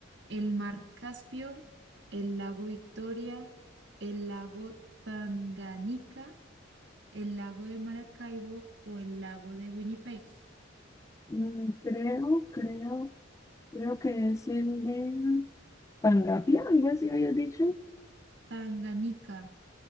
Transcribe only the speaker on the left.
Mm, Creo, creo, creo que es el de Pangapia, algo así habías dicho.